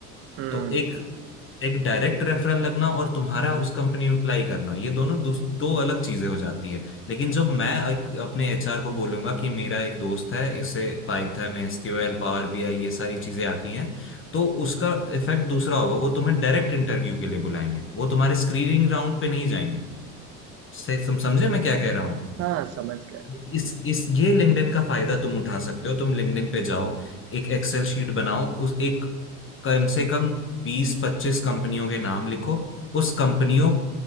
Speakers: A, on the right; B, on the left.
A: हम्म
B: तो एक एक डायरेक्ट रेफरल लगना और तुम्हारा उस कंपनी में अप्लाई करना ये दोनों दूस- दो अलग चीजें हो जाती है लेकिन जब मैं एक, अपने एचआर को बोलूंगा कि मेरा एक दोस्त है इसे पाइथन एसक्यूएल पावर बीआई ये सारी चीजें आती हैं तो उसका इफेक्ट दूसरा होगा वो तुम्हें डायरेक्ट इंटरव्यू के लिए बुलाएंगे वो तुम्हारे स्क्रीनिंग राउंड पे नहीं जाएंगे से, तुम समझे मैं क्या कह रहा हूँ
A: हाँ समझ गया
B: इस इस ये लिंक्डइन का फायदा तुम उठा सकते हो तुम लिंक्डइन पे जाओ एक एक्सेल शीट बनाओ उस एक कम से कम बीस पच्चीस कंपनियों के नाम लिखो उस कंपनियों